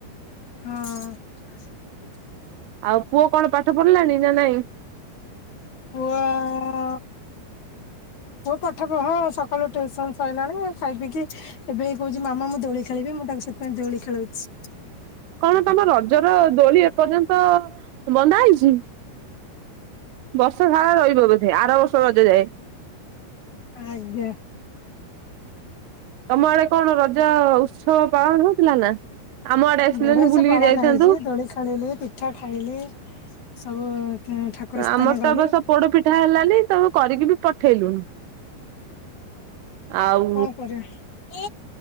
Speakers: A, on the left; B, on the right.
A: ହଁ।
B: ଆଉ ପୁଅ କଣ ପାଠ ପଢ଼ିଲାଣି ନା ନାଇଁ?
A: ପୁଅ ଆଉ ପୁଅ ପାଠ ହଁ ସକାଳୁ ଟିୟୁସନ୍ ସଇଲାଣି ଖାଇ ପିଇ କି ଏବେ ବି କହୁଛି ମାମା ମୁଁ ଦୋଳି ଖେଳିବି ମୁଁ ତାକୁ ସେଥିପାଇଁ ଦୋଳି ଖେଳଉଚି।
B: କଣ ତମ ରଜର ଦୋଳି ଏପର୍ଯ୍ୟନ୍ତ ବନ୍ଧା ହେଇଚି? ବର୍ଷ ସାରା ରହିବ ବୋଧେ ଆର ବର୍ଷ ରଜ ଯାଏଁ।
A: ଆଜ୍ଞା।
B: ତମ ଆଡେ କଣ ରଜ ଉତ୍ସବ ପାଳନ ହୋଉଥିଲା ନା? ଆମ ଆଡେ ଆସିଲନି
A: ବଢିଆ
B: ବୁଲିକି
A: ସେ ପାଳନ
B: ଯାଇଥାନ୍ତୁ
A: ହେଇଛି ଦୋଳି ଖେଳିଲୁ ପିଠା ଖାଇଲି ସବୁ। ଠାକୁର
B: ଆମର
A: ସ୍ଥାନ ଗଲି
B: ତ ଏ ବର୍ଷ ପୋଡ ପିଠା ହେଲାନି ତମେ କରିକି ବି ପଠେଇଲୁନି। ଆଉ
A: କଣ କରିବା